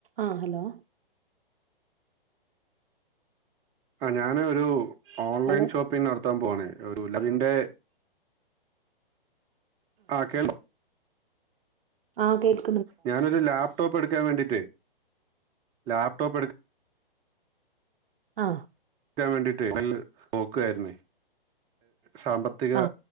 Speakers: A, on the right; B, on the right.
A: ആഹലോ
B: അ ഞാന് ഒരു ഓൺലൈൻ
A: ഹലോ
B: ഷോപ്പിംഗ് നടത്താൻ പോവാണേ ഒരു ലതിന്റെ ആ കേരള
A: ആ കേക്കു
B: ഞാനൊരു ലാപ്ടോപ്പ് എടുക്കാൻ വേണ്ടീട്ട് ലാപ്ടോപ്പ് എടുക്ക
A: ആ
B: എടുക്കാൻ വേണ്ടീട്ടെ കല്ല് നോക്കു ക ആരുന്നെ സാമ്പത്തിക
A: ആ